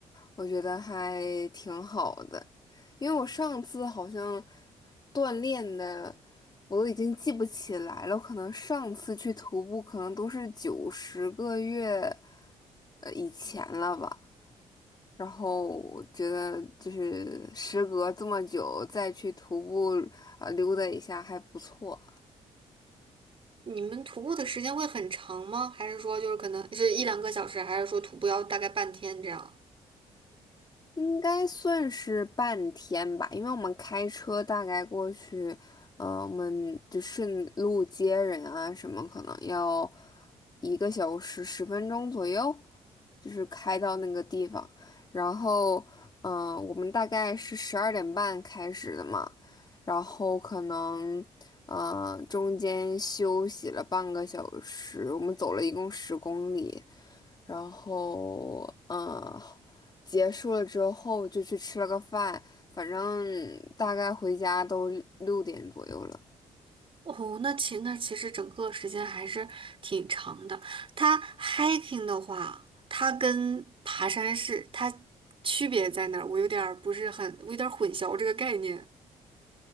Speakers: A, on the left; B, on the right.
A: 我觉得还挺好的，因为我上次好像锻炼的。我都已经记不起来了，我可能上次去徒步可能都是九十个月，呃以前了吧。然后我觉得就是时隔这么久再去徒步，呃，溜达一下还不错。
B: 你们徒步的时间会很长吗？还是说就是可能是一两个小时，还是说徒步要大概半天这样？
A: 应该算是半天吧，因为我们开车大概过去，嗯，我们就顺路接人啊什么，可能要一个小时十分钟左右，就是开到那个地方。然后，嗯、我们大概是十二点半开始的嘛，然后可能，嗯，中间休息了半个小时，我们走了一共十公里。然后，嗯，结束了之后就去吃了个饭，反正大概回家都六点左右了。
B: 哦，那其那其实整个时间还是挺长的。它 hiking 的话，它跟爬山是它区别在哪儿？我有点儿不是很，我有点儿混淆这个概念。